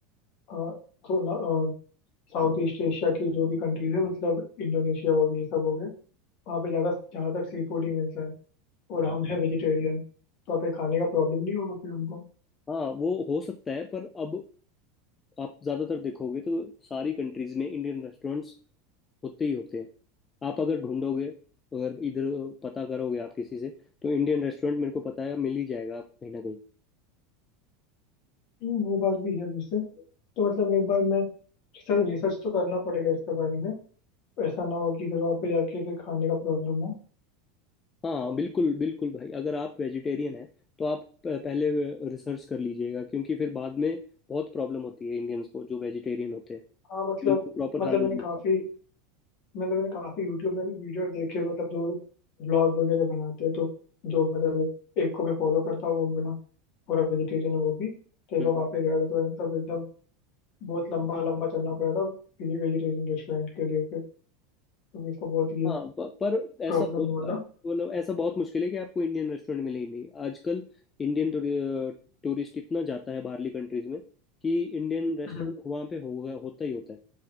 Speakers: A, on the left (about 50°); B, on the left (about 25°).
A: अ, तो ना साउथ ईस्ट एशिया की जो भी कंट्रीज है मतलब इंडोनेशिया हो गई ये सब हो गए वहाँ पे ज़्यादा जहाँ तक सी फूड ही मिलता है और हम है वेजिटेरियन तो वहाँ पे खाने का प्रॉब्लम नहीं होगा फिर हमको
B: हाँ वो हो सकता है पर अब आप ज़्यादातर देखोगे तो सारी कंट्रीज़ में इंडियन रेस्टोरेंट्स होते ही होते हैं आप अगर ढूंढोगे अगर इधर पता करोगे आप किसी से तो इंडियन रेस्टोरेंट मेरे को पता है मिल ही जाएगा आपको कहीं ना कहीं
A: हम्म, वो बात भी है वैसे तो मतलब एक बार मैं रिसर्च रिसर्च तो करना पड़ेगा इसके बारे में ऐसा ना हो कि फिर वहाँ पे जाके फिर खाने का प्रॉब्लम हो
B: हाँ बिल्कुल बिल्कुल भाई अगर आप वेजिटेरियन हैं तो आप प- पहले रिसर्च कर लीजिएगा क्योंकि फिर बाद में बहुत प्रॉब्लम होती है इंडियंस को जो वेजिटेरियन होते हैं
A: हाँ मतलब
B: उनको प्रॉपर
A: मतलब
B: खाना
A: मैंने
B: नहीं
A: काफ़ी मतलब मैंने काफ़ी यूट्यूब में भी वीडियो देखे मतलब जो व्लॉग वगैरह बनाते हैं तो जो मतलब एक एक को मैं फॉलो करता हूँ वो बना पूरा वेजिटेरियन है वो भी तो एक
B: मिलता
A: बार वहाँ पे गया था तो मतलब एकदम बहुत लंबा लंबा चलना पड़ा था किसी वेजिटेरियन रेस्टोरेंट के लिए फिर तो इसका बहुत ये
B: हाँ प- पर ऐसा
A: प्रॉब्लम
B: बहुत-
A: हुआ था
B: मतलब ऐसा बहुत मुश्किल है कि आपको इंडियन रेस्टोरेंट मिले ही नहीं आजकल इंडियन टूरिस्ट इतना जाता है बाहरली कंट्रीज में कि इंडियन रेस्टोरेंट
A: हम्म।
B: वहाँ पे होगा होता ही होता है